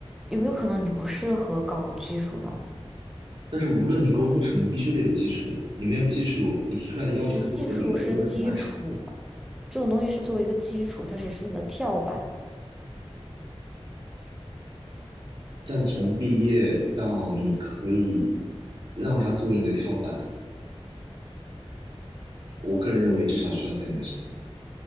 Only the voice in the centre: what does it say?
有没有可能你不适合搞技术呢？
我觉得技术是基础啊
这种东西是作为一个基础，它只是你的跳板。